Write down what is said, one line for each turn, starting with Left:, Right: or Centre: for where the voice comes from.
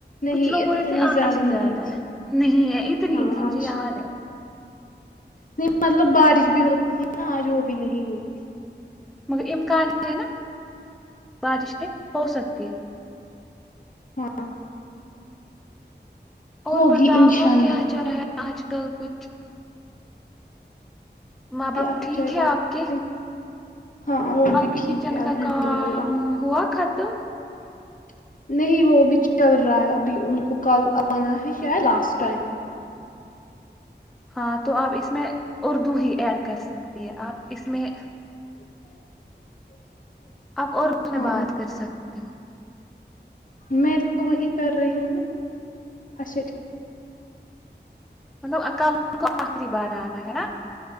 Left: نہیں
Centre: کچھ لوگ بول
Left: اتنی
Centre: رہے تھے آج زیادہ
Left: نہیں تھی
Centre: ہے نہیں ہے اتنی
Left: ہاں
Centre: تھی مجھے
Left: آج
Centre: یاد ہے
Left: نہیں مطلب بارش بھی ہوتی ہے نا آج وہ بھی نہیں ہوئی
Centre: مگر امکان ہے نا بارش کے ہو سکتی ہے
Left: ہاں
Centre: اور
Left: ہوگی
Centre: بتاؤ
Left: انشاء اللہ
Centre: کیا چلا ہے آج کل کچھ ماں
Left: کیا
Centre: باپ
Left: ہی
Centre: ٹھیک
Left: چلے
Centre: ہے
Left: گا۔
Centre: آپ کے
Left: ہاں وہ بھی
Centre: آپ کی
Left: ٹھیک
Centre: کچن
Left: ہے الحمد
Centre: کا کام
Left: للہ
Centre: ہوا ختم
Left: <inaudible> نہیں وہ ابھی چل رہا ہے ابھی ان کو کل آنا ہے شاید لاسٹ ٹائم
Centre: ہاں تو آپ اس میں اردو ہی ایڈ کر سکتی ہے آپ اس میں
Left: <unintelligible>
Centre: آپ اردو میں
Left: ہاں
Centre: بات کر سکتی ہو
Left: میں تو وہی کر رہی ہوں نا اچھا ٹھیک
Centre: مطلب کل ان کو آخری بار آنا ہے نا